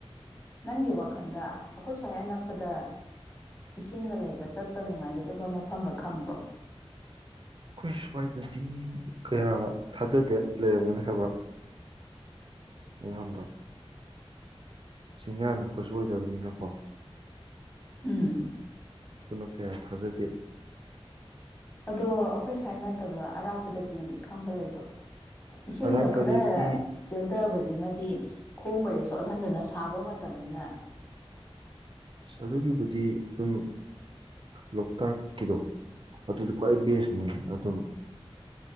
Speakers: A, on the left (about 25°); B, on the right (about 55°).
A: ꯅꯪꯒꯤ ꯋꯥꯈꯜꯗ ꯑꯩꯈꯣꯏ ꯁ꯭ꯋꯥꯏ ꯑꯅꯛꯄꯗ ꯏꯁꯤꯡꯗ ꯂꯩꯕ ꯆꯠꯄ ꯅꯨꯡꯉꯥꯏꯒꯗꯕ ꯃꯐꯝꯒ ꯈꯪꯕ꯭ꯔꯣ
B: ꯑꯩꯈꯣꯏ ꯁ꯭ꯋꯥꯏꯗꯗꯤ ꯀꯌꯥ ꯊꯥꯖꯗꯦ ꯂꯩꯔꯝꯒꯣꯅꯤ ꯍꯥꯏꯕ ꯑꯌꯥꯝꯕ ꯆꯤꯡꯌꯥ ꯅꯛꯄꯁꯨ ꯑꯣꯏꯗꯕꯅꯤꯅꯀꯣ
A: ꯎꯝ
B: ꯄꯨꯝꯅ ꯀꯌꯥ ꯊꯥꯖꯗꯦ
A: ꯑꯗꯣ ꯑꯩꯈꯣꯏ ꯁ꯭ꯋꯥꯏ ꯅꯠꯇꯕ ꯑꯔꯥꯞꯄꯗꯗꯤ ꯈꯪꯕ ꯂꯩꯕ꯭ꯔꯣ ꯏꯁꯤꯡꯒ
B: ꯑꯔꯥꯞꯄꯗꯗꯤ
A: ꯈꯔ ꯆꯦꯟꯊꯕꯁꯦ ꯁꯤꯅꯗꯤ ꯈꯣꯡꯕꯔꯦ ꯁꯣꯠꯍꯟꯗꯅ ꯁꯥꯕ ꯃꯇꯝꯅꯤꯅ
B: ꯑꯁ ꯑꯗꯨꯒꯤꯕꯨꯗꯤ ꯑꯗꯨꯝ ꯂꯣꯛꯇꯥꯛꯀꯤꯗꯣ ꯑꯗꯨꯗꯤ ꯈ꯭ꯋꯥꯏ ꯕꯦꯁꯅꯤ ꯑꯗꯨꯝ